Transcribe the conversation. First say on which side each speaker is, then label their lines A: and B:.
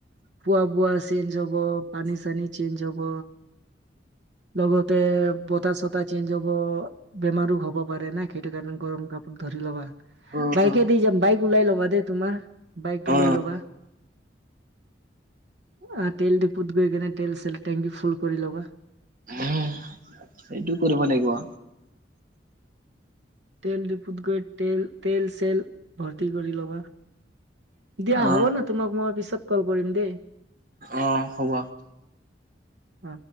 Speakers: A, on the right (about 80°); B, on the right (about 50°).
A: পোৱা বোৱা চেঞ্জ হব পানী চানী চেঞ্জ হ'ব লগতে বতাহ চতাহ চেঞ্জ হ'ব। বেমাৰো হব পাৰে না সেইটো কাৰণে গৰম কাপোৰ ধৰি ল'বা
B: উম
A: বাইকে দি যাম বাইক ওলাই ল'বা দেই তোমাৰ বাইকটো
B: অ
A: লৈ ল'বা। আহ তেল দিফুত গৈ কেনে তেল চেল টেংকি ফুল কৰি ল'বা
B: উম সেইটো কৰিব লাগিব।
A: তেল ডিফুত গৈ তেল চেল ভৰ্তি কৰি ল'বা। দিয়া
B: অ
A: হ'ব ন তোমাক মই পিছত কল কৰিম দেই।
B: অঁ হ'ব।
A: অ